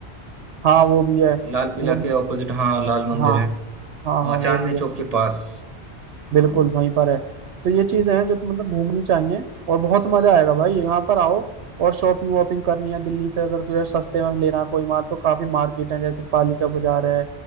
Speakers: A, on the right; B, on the right.
A: हाँ वो भी है
B: लाल किला
A: वो भी
B: के ऑपोजिट हाँ लाल मंदिर
A: हाँ
B: है
A: हाँ
B: हाँ,
A: हाँ
B: चांदनी
A: वो भी है
B: चौक के पास
A: बिल्कुल
B: हाँ
A: वहीं पर है तो ये चीजें हैं जो तो मतलब घूमनी चाहिए और बहुत मजा आएगा भाई यहाँ पर आओ और शॉपिंग वॉपिंग करनी है दिल्ली से अगर तुझे सस्ते में लेना कोई माल तो काफी मार्केट है जैसे पालिका बाजार है